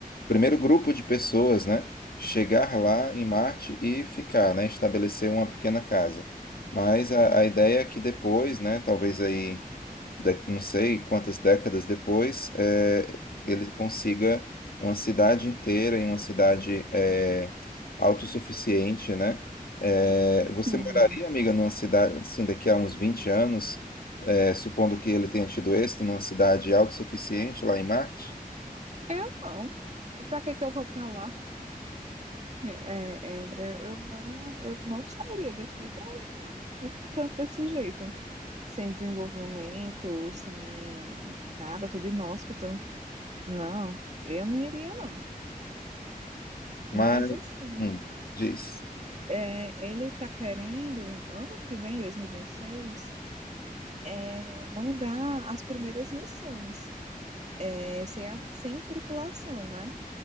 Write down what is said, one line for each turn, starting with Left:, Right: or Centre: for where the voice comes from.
Left: primeiro grupo de pessoas, né? Chegar lá em Marte e ficar, né? Estabelecer uma pequena casa. Mas a, a ideia é que depois, né? Talvez aí da- não sei quantas décadas depois, eh, ele consiga uma cidade inteira e uma cidade eh, autossuficiente, né? Eh, você
Right: sim.
Left: moraria, amiga, numa cidade, assim, daqui a uns 20 anos, eh, supondo que ele tenha tido êxito, numa cidade autossuficiente lá em Marte?
Right: Eu não. Pra que que eu vou pra lá? É, é, eu, eu não, eu não sairia daqui pra ir pra um, um canto desse jeito. Sem desenvolvimento, sem nada, tudo inóspito. Não, eu não iria, não.
Left: Mas,
Right: Mas assim,
Left: hum, diz.
Right: é, ele tá querendo, ano que vem, 2026, é, mandar as primeiras missões, é, sem, a- sem tripulação, né?